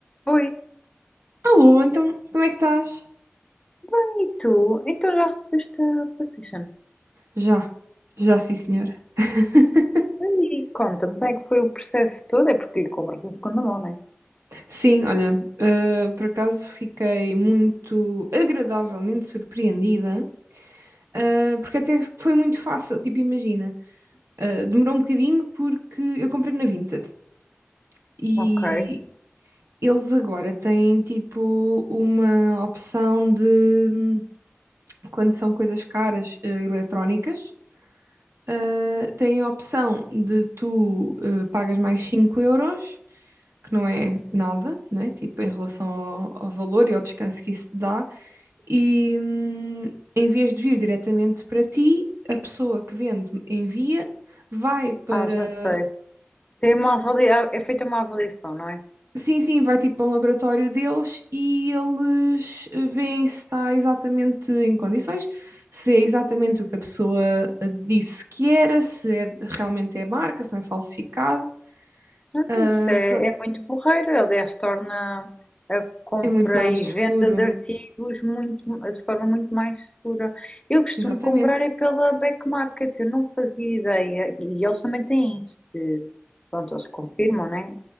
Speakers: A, on the left; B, on the right.
A: Oi,
B: Alô, então, como é que estás?
A: bem, e tu? Então já recebeste a PlayStation?
B: Já, já sim, senhora. <laughs>
A: Então, E conta-me, como é que foi o processo todo? É porque compras em segunda mão, não é?
B: Sim, olha, ah, por acaso fiquei muito agradavelmente surpreendida, ah, porque até foi muito fácil, tipo, imagina, ah, demorou um bocadinho porque eu comprei na Vinted e
A: Ok.
B: eles agora têm, tipo, uma opção de, hum, quando são coisas caras, ah, eletrónicas, Uh, tem a opção de tu uh, pagas mais 5 euros, que não é nada, né? Tipo, em relação ao, ao valor e ao descanso que isso te dá, e hum, em vez de vir diretamente para ti, a pessoa que vende envia, vai para
A: Ah, já sei. Tem uma avalia... É feita uma avaliação, não é?
B: Sim, sim, vai tipo para um laboratório deles e eles eh, veem se está exatamente em condições, se é exatamente o que a pessoa eh, disse que era, se é- realmente é marca, se não é falsificado.
A: Ah,
B: Ah,
A: Isso é,
B: pronto,
A: é muito porreiro. Aliás, torna a compra
B: é muito mais
A: e
B: seguro.
A: venda de artigos muito, de forma muito mais segura. Eu costumo
B: Exatamente.
A: comprar é pela back market, eu não fazia ideia. E eles também têm isso. De... Pronto, eles confirmam, né?